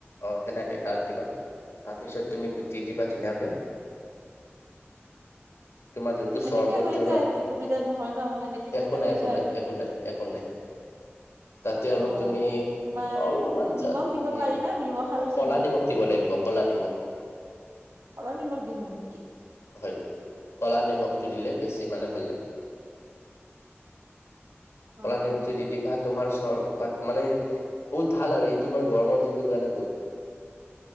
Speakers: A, on the left (about 80°); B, on the right (about 70°).
A: অ সেনেকে খাই দিবা তাৰপিছত তুমি গুটি দিবা ধুনীয়াকে। তোমাৰ যোনটো
B: সেনেকে
A: চৰ্বতটো
B: হৈ
A: ন
B: যায় অসুবিধা নহয় ন সেনেকে খালে
A: একো নাই
B: হৈ
A: একো
B: যায়
A: নাই একো নাই একো নাই, <inaudible> তাতে অলপ
B: অ
A: তুমি
B: তোমাৰ
A: অলপমান
B: নিমখ দিব
A: নিমখ
B: পাৰি না আৰু চেনি
A: কলা নিমখ দিব লাগিব কলা নিমখ,
B: কলানিমখ দিম নেকি।
A: হয় ক'লা নিমখটো দিলে বেছি মানে ভাল লাগে।
B: হয়
A: কলা নিমখটো
B: হয়
A: দি দিবা তাত, তোমাৰ চৰবত মানে বহুত ভাল আৰু এইটো মানে গৰমৰ দিনটোৰ কাৰণে বহুত ভাল।